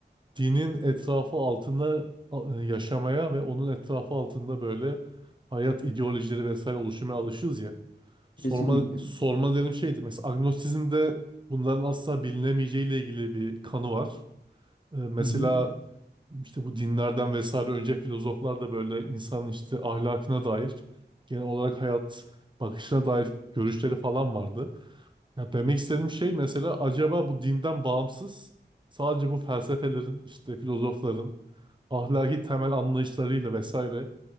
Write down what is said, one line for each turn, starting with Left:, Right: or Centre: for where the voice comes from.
Right: dinin etrafı altında a- yaşamaya ve onun etrafı altında böyle hayat ideolojileri vesaire oluşmaya alışız ya. Sorma
Left: Kesinlikle.
Right: sorma dedim şeydi. Mesela agnostizmde bunların asla bilinemeyeceğiyle ilgili bir kanı var. E, Mesela
Left: Hı hı.
Right: işte bu dinlerden vesaire önce filozoflar da böyle insanın işte ahlakına dair genel olarak hayat bakışına dair görüşleri falan vardı. Ya demek istediğim şey mesela acaba bu dinden bağımsız sadece bu felsefelerin işte filozofların ahlaki temel anlayışlarıyla vesaire